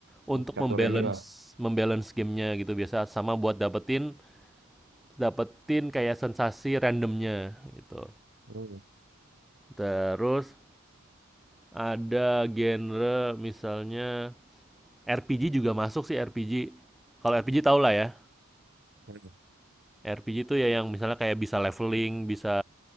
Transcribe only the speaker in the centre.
untuk
membalance
membalance gamenya gitu biasa sama buat dapetin dapetin kayak sensasi randomnya gitu.
Terus ada genre misalnya RPG juga masuk sih RPG. Kalau RPG tau lah ya.
RPG itu ya yang misalnya kayak bisa leveling, bisa